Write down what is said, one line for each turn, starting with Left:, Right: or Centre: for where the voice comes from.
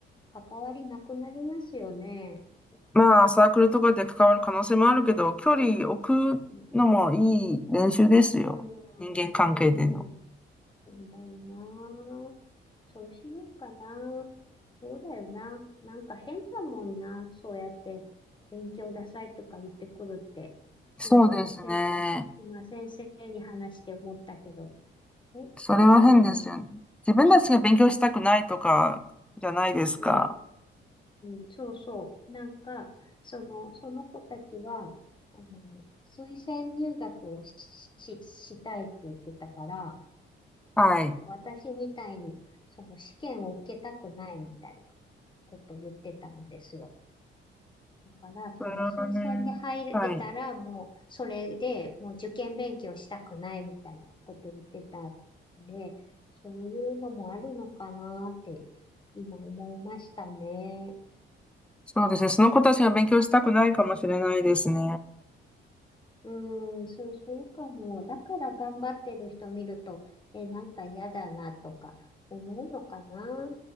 Left: 関わりなくなりますよね。
Centre: まあ、サークルとかで関わる可能性もあるけど、距離置くのもいい練習ですよ。
Left: うん、うん、
Centre: 人間関係での。
Left: うんそうだよな。そうしようかな。そうだよな。なんか変だもんな。そうやって勉強ダサいとか言ってくるって。
Centre: そうですね。
Left: 前回、せ、今先生に話して思ったけど、え、
Centre: それは変ですよね。
Left: 変だよな。
Centre: 自分たちが勉強したくないとかじゃないですか。
Left: うん、うん、うん、そうそう。なんか、その、その子たちは、あの、推薦入学をし、し、したいって言ってたから、
Centre: はい。
Left: なんか私みたいに、その試験を受けたくないみたいな。ことを言ってたんですよ。だから、その推薦で入れたら、
Centre: それはね、はい。
Left: もうそれでもう受験勉強したくないみたいなことを言ってたんで、そういうのもあるのかなって今思いましたね。
Centre: そうですね。その子たちが勉強したくないかもしれないですね。
Left: うーん、そう、そうかも。だから頑張ってる人見ると、え、なんか嫌だなとか思うのかな。